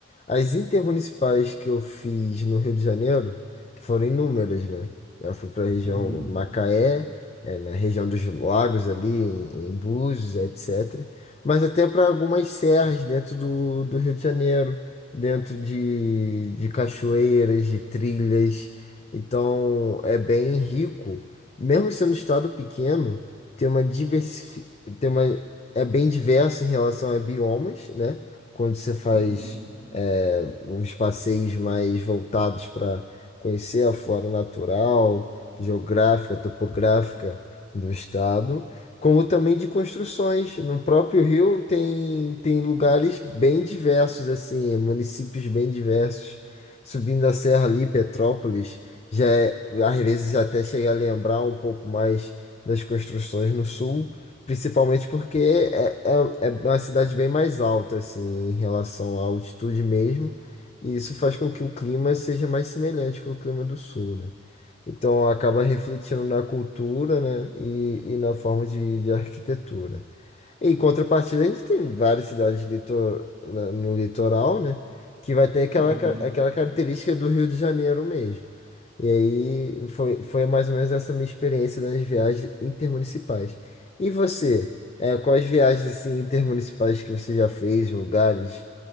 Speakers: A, on the left; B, on the left.
A: As intermunicipais que eu fiz no Rio de Janeiro foram inúmeras, né? Eu fui para a região
B: Uhum,
A: Macaé, eh, na região dos lagos ali, em, em Búzios, etc. Mas até para algumas serras dentro do, do Rio de Janeiro, dentro de, de cachoeiras, de trilhas. Então é bem rico. Mesmo sendo um estado pequeno, tem uma diversi... tem uma... é bem diverso em relação a biomas, né? Quando você faz
B: uhum,
A: é, uns passeios mais voltados para conhecer a flora natural, geográfica, topográfica do estado, como também de construções. No próprio Rio tem, tem lugares bem diversos, assim, é, municípios bem diversos. Subindo a serra ali, Petrópolis, já é- às vezes até chega a lembrar um pouco mais das construções no sul. Principalmente porque é, é, é uma cidade bem mais alta, assim, em relação à altitude mesmo. E isso faz com que o clima seja mais semelhante com o clima do sul, né? Então acaba refletindo na cultura, né? E, e na forma de, de arquitetura. Em contrapartida, a gente tem várias cidades litor, na- no litoral, né? Que vai ter aquela,
B: uhum.
A: ca- aquela característica do Rio de Janeiro mesmo. E aí foi, foi mais ou menos essa minha experiência das viagens intermunicipais. E você, é, quais viagens assim intermunicipais que você já fez, lugares